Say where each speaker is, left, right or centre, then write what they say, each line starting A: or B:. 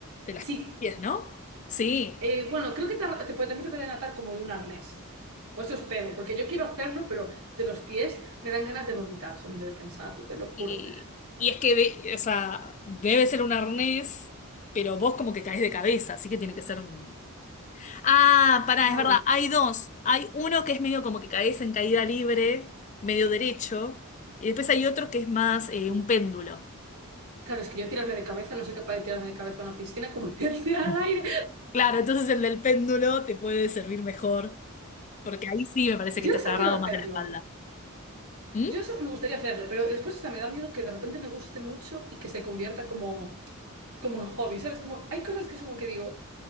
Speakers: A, on the left; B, on the right.
A: de las
B: Sí.
A: pies, ¿no? Sí.
B: Eh, bueno, creo que te ar- te puede- también te pueden atar como de un arnés. Pues eso espero, porque yo quiero hacerlo, pero de los pies me dan ganas de vomitar solamente de pensarlo, te lo juro.
A: Y, y es que, de- o sea, debe ser un arnés, pero vos como que caes de cabeza, así que tiene que ser... un- Ah, pará,
B: Claro,
A: es verdad, hay dos. Hay uno que es medio como que caes en caída libre, medio derecho, y después hay otro que es más eh, un péndulo.
B: claro, es que yo tirarme de cabeza, no soy capaz de tirarme de cabeza a una piscina como voy a tirar
A: <laughs>
B: al aire.
A: Claro, entonces el del péndulo te puede servir mejor, porque ahí sí me parece
B: Yo
A: que estás
B: eso
A: agarrado
B: quiero hacerlo.
A: más de la espalda. ¿Mm?
B: Yo eso me gustaría hacerlo, pero después hasta me da miedo que de repente me guste mucho y que se convierta como, como en hobby, ¿sabes? Como hay cosas que es como que digo,